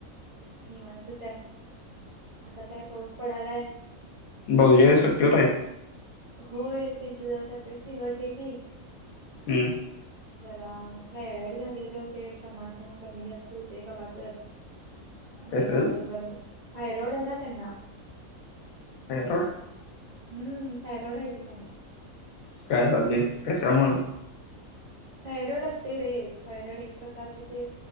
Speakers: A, on the right; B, on the left.
A: निवांतच हाय. आता काय पाऊस पडालाय
B: भाऊजी आहेत सुट्टीवर आहेत
A: होय त्यांची जरा तब्येत बिघडलेली
B: हम्म
A: जरा थायरॉइड झालेलं ते प्रमाण कमी जास्त होतंय कवातर
B: कशाचं
A: ते रात्रभर थायरॉईड आहे ना त्यांना
B: <unintelligible>
A: हम्म थायरॉईड हाये की त्यांना.
B: काय झाले, कशामुळ.
A: थायरॉइड असतेय रे थायरॉइड एक प्रकारचे ते